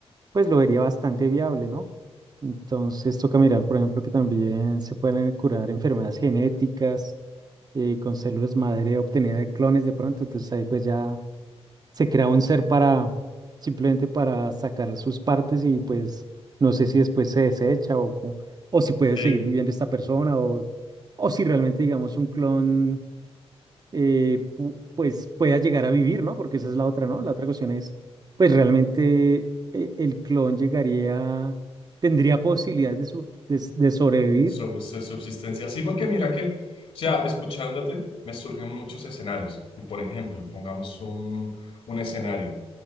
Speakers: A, on the right; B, on the left.
A: pues lo vería bastante viable, ¿no? Entonces toca mirar, por ejemplo, que también se pueden curar enfermedades genéticas eh, con células madre obtenida de clones de pronto, entonces ahí pues ya se crea un ser para, simplemente para sacar sus partes y pues no sé si después se desecha o, co- o si puede
B: Sí,
A: seguir viviendo esta persona o, o si realmente digamos un clon eh, pu- pues pueda llegar a vivir, ¿no? Porque esa es la otra, ¿no? La otra cuestión es pues realmente eh, el clon llegaría, tendría posibilidades de, su- de de sobrevivir
B: sub- su- subsistencia. Sí, porque mira que, o sea, escuchándote, me surgen muchos escenarios. Y por ejemplo, pongamos un, un escenario.